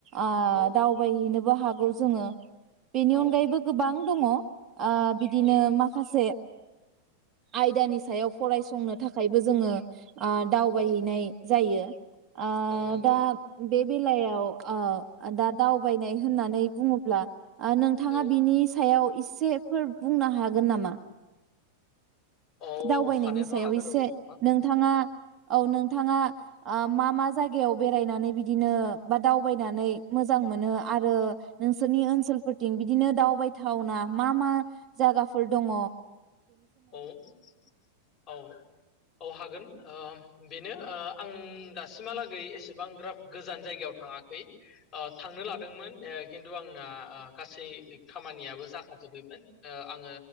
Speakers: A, on the right; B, on the left.
A: आ
B: औ
A: दावबायहैनोबो बो हागौ जोंङो बेनि
B: औ
A: अनगायैबो गोबां दङ बिदिनो
B: औ
A: माखासे आयदानि सायाव फरायसंनो थाखायबो जोंङो ओ दावबायहैनाय
B: औ
A: जायो ओ
B: औ नंगौ
A: दा बे बेलायाव ओ दा दावबायनाय होननानै बुंङोब्ला नोंथांङा
B: औ
A: बिनि सायाव इ इसे फोर बुंनो हागोन नामा
B: औ
A: दावबायनायनि
B: हानायाथ'
A: सायाव
B: हागोन
A: एसे
B: औ नोंथां
A: नोंथांङा औ नोंथांङा ओ मा-मा जायगायाव बेरायनानै बिदिनो बा दावबायनानै मोजां मोनो आरो नोंसोरनि ओनसोलफोरथिं बिदिनो दावबायथावना मा-मा जागाफोर दंङ
B: औ-औ-औ हागोन बेनो आं दासिमहालागै एसेबांग्राब गोजान जायगायाव थाङाखै थांनो लादोंमोन खिन्थु आंना गासै खामानियाबो जाखाजोबबायमोन आङो